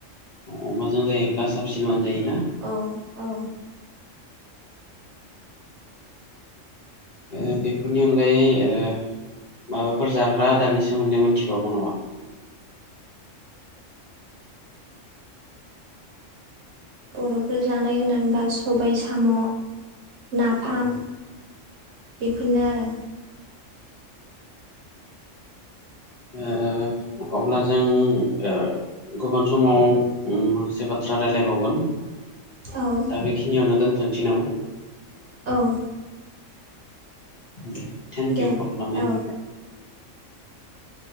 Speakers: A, on the left; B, on the right.
A: अमाजों जायोब्ला साबसिन मोनजायोना?
B: औ औ
A: ओ बेफोरनि अनगायै ओ माबाफोर जाग्रा आदारनि सोमोन्दै मोनथिबावगौ नामा?
B: बर'फोर जानाय होननानैबा सबाय साम' नाफाम
A: औ ओ
B: बेफोरनो आरो
A: ओ अब्ला जों ओ गुबुन समाव माखासे बाथ्रा रायलायबावगोन
B: औ
A: दा बेखिनियावनो दोन्थ'नोसै नामा
B: औ
A: दे थेंक
B: दे
A: इउ <unintelligible>
B: औ